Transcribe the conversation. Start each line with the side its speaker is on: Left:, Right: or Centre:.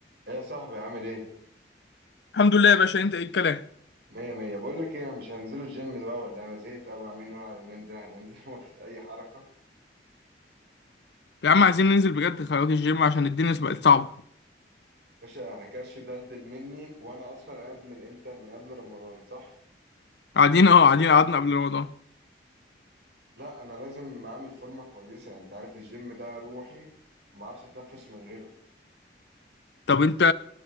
Right: ايه يا صاحبي عامل ايه؟
Left: الحمد لله يا باشا انت ايه الكلام
Right: مية مية بقول لك ايه مش هننزلوا الجيم بقى ولا انا زهقت قوي عاملين نقول عايزين ننزل هننزل <laughs> ومفيش اي حركة
Left: يا عم عايزين ننزل بجد خلي الجيم عشان الدنيا بقت صعبة
Right: باشا انا كرش دلدل مني وانا اصلا قاعد من امتى؟ من قبل رمضان صح؟
Left: قاعدين اهو قاعدين قعدنا قبل رمضان
Right: لا انا لازم اعمل فورمة كويسة يعني انت عارف الجيم ده روحي ما اعرفش اتنفس من غيره
Left: طب انت